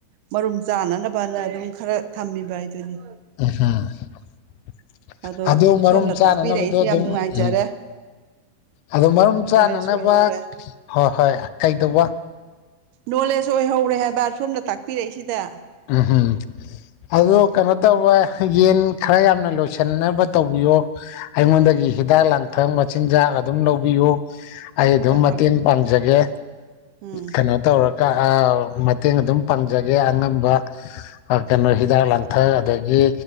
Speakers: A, on the right; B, on the left.
A: ꯃꯔꯨꯝ ꯆꯥꯅꯅꯕꯅ ꯑꯗꯨꯝ ꯈꯔ ꯊꯝꯃꯤꯕ ꯍꯥꯏꯗꯨꯅꯤ
B: <unintelligible>
A: ꯑꯗꯣ
B: ꯑꯗꯨ ꯃꯔꯨꯝ
A: ꯁꯣꯝꯅ
B: ꯆꯥꯅꯅꯕꯗꯣ
A: ꯇꯥꯛꯄꯤꯔꯛꯏꯁꯦ
B: ꯑꯗꯨꯝ
A: ꯌꯥꯝ ꯅꯨꯡꯉꯥꯏꯖꯔꯦ
B: ꯎꯝ ꯑꯗꯣ ꯃꯔꯨꯝ ꯆꯥꯅꯅꯕ
A: ꯅꯣꯂꯦꯖ ꯑꯣꯏꯍꯧꯔꯦ
B: ꯍꯣꯏ ꯍꯣꯏ ꯀꯩꯗꯧꯕ
A: ꯅꯣꯂꯦꯖ ꯑꯣꯏꯍꯧꯔꯦ ꯍꯥꯏꯕ ꯁꯣꯝꯅ ꯇꯥꯛꯄꯤꯔꯛꯏꯁꯤꯗ
B: <unintelligible> ꯑꯗꯣ ꯀꯩꯅꯣ ꯇꯧꯕ ꯌꯦꯟ ꯈꯔ ꯌꯥꯝꯅ ꯂꯣꯏꯁꯤꯟꯅꯕ ꯇꯧꯕꯤꯌꯣ ꯑꯩꯉꯣꯟꯗꯒꯤ ꯍꯤꯗꯥꯛ ꯂꯥꯡꯊꯛ ꯃꯆꯤꯟꯖꯥꯛ ꯑꯗꯨꯝ ꯂꯧꯕꯤꯌꯨ ꯑꯩ ꯑꯗꯨꯝ
A: ꯍꯣꯏ
B: ꯃꯇꯦꯡ
A: ꯍꯣꯏ
B: ꯄꯥꯡꯖꯒꯦ
A: ꯎꯝ
B: ꯀꯩꯅꯣ ꯇꯧꯔꯒ ꯃꯇꯦꯡ ꯑꯗꯨꯝ ꯄꯥꯡꯖꯒꯦ ꯑꯉꯝ ꯀꯩꯅꯣ ꯍꯤꯗꯥꯛ ꯂꯥꯡꯊꯛ ꯑꯗꯒꯤ